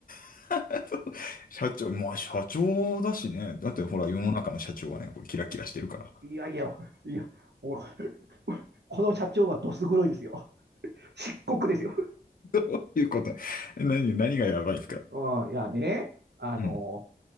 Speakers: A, on the left; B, on the right.
A: <laughs> そう社長、まあ社長だしね。だってほら、世の中の社長はね、これキラキラしてるから。<laughs>
B: いやいや、いや、お <laughs> この社長はどす黒いですよ。漆黒ですよ。
A: どういうこと何、何がやばいんですか
B: うん、いやね、あの、
A: うん。